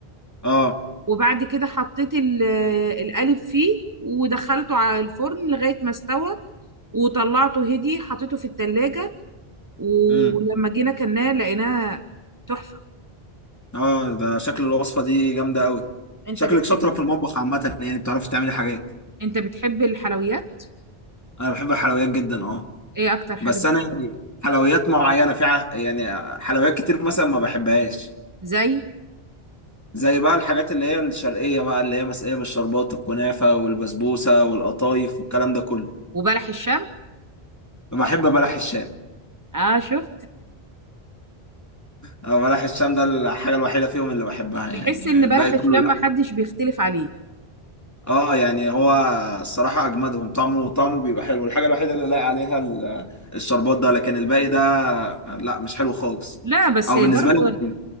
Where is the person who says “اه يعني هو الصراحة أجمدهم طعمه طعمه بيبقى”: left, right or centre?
Left